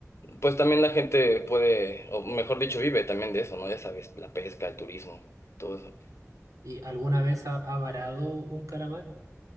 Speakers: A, on the left; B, on the right.
A: Pues también la gente puede, o mejor dicho, vive también de eso, ¿no? Ya sabes, la pesca, el turismo, todo eso.
B: ¿Y alguna vez ha, ha varado un calamar?